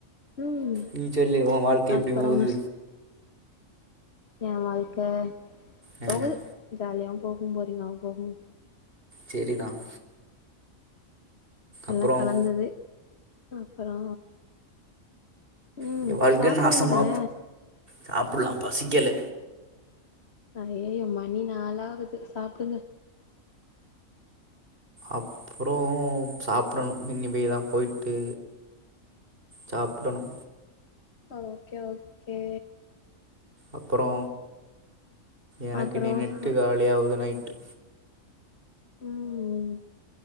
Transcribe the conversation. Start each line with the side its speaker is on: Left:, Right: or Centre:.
Left: ம்
Right: நீச்சொல்லு உன் வாழ்க்க எப்டி
Left: அப்புறம்
Right: போது
Left: என் வாழ்க்க
Right: ஆ,
Left: போகுது ஜாலியாகவும் போகும் போரிங்காகவும் போகும்
Right: சேரிதான்
Left: எல்லா
Right: அப்புறம்
Left: கலந்தது அப்பறோ ம்
Right: இங்க வாழ்க்க
Left: சாப்பிட
Right: நாசமா
Left: வேண்டியதான
Right: சாப்பிட்லா பசிக்கல
Left: ஆ ஏ மணி நாலு ஆகுது சாப்பிடுங்க
Right: அப்புறோ சாப்பிடணு இன்னிமே தா போய்ட்டு சாப்பிடணு
Left: ஓகே ஓகே
Right: அப்புறோ எனக்கு
Left: அப்புறோ
Right: இன்னினேட்
Left: சொ
Right: காலிய ஆவுது நைட்டு
Left: ம்